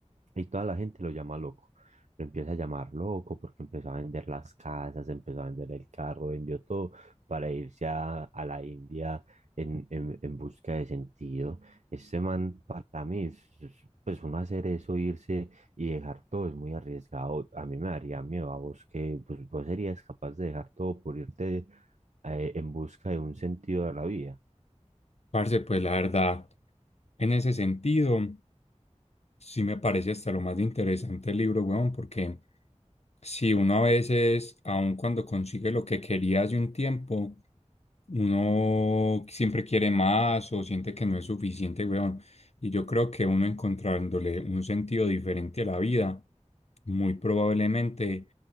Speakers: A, on the right (about 70°); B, on the left (about 60°).
A: y toda la gente lo llama loco. Lo empieza a llamar loco porque empezó a vender las casas, empezó a vender el carro, vendió todo para irse a, a la India en, en, en busca de sentido. Este man, para mí, es- es- pues uno hacer eso, irse y dejar todo es muy arriesgado. A mí me daría miedo a vos que pues, vos serías capaz de dejar todo por irte eh, en busca de un sentido de la vida.
B: Parce, pues la verdad, en ese sentido, sí me parece hasta lo más interesante el libro, weón, porque... Sí, uno a veces, aun cuando consigue lo que quería hace un tiempo, uno siempre quiere más o siente que no es suficiente, weón. Y yo creo que uno encontrándole un sentido diferente a la vida, muy probablemente